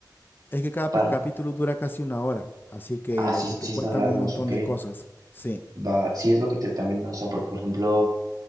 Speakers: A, on the left; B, on the right.
A: Es que cada
B: para,
A: pi- capítulo dura casi una hora, así que
B: ah, sí, sí
A: te cuentan
B: están largos,
A: un montón
B: ok,
A: de cosas. Sí,
B: va, sí es lo que te también, o sea, porque por ejemplo...